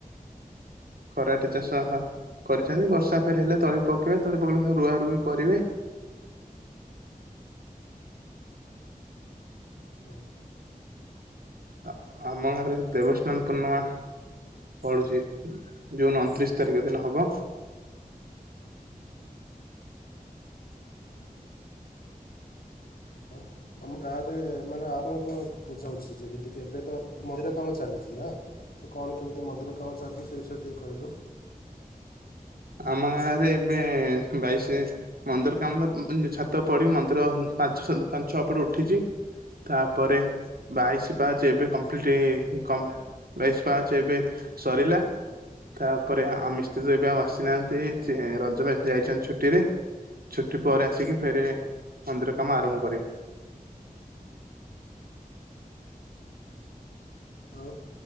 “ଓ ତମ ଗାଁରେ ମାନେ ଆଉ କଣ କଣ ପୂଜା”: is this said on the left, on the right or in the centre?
Left